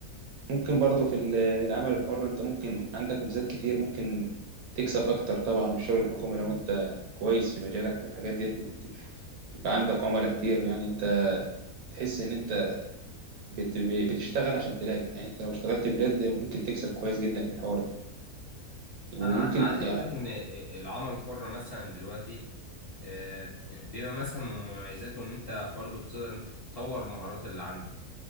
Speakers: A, on the right; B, on the left.
A: ممكن برضه في ال- العمل الحر انت ممكن عندك ميزات كتير ممكن تكسب اكتر طبعا من الشغل الحكومي لو انت كويس في مجالك والحاجات دي بت- بيبقى عندك عملاء كتير يعني انت تحس ان انت بت- بتشتغل عشان تلاقي يعني انت لو اشتغلت بجد ممكن تكسب كويس جدا في الحوار ده وممكن
B: أنا ع- عايز أقول
A: يعني
B: لك إن العمل الحر مثلا دلوقتي آه، بيبقى مثلا من مميزاته إن أنت برضو بتقدر إن أنت تطور المهارات اللي عندك.